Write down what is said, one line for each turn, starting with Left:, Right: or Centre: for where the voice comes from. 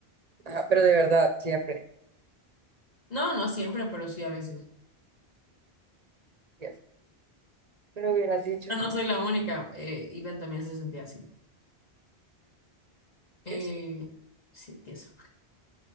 Right: Ajá, pero de verdad, siempre.
Left: No, no siempre, pero sí a veces.
Right: Y eso. Pero hubieras dicho,
Left: Pero no soy la única, eh, Iván también se sentía así. Eh,
Right: y eso.
Left: sí, eso. <laughs>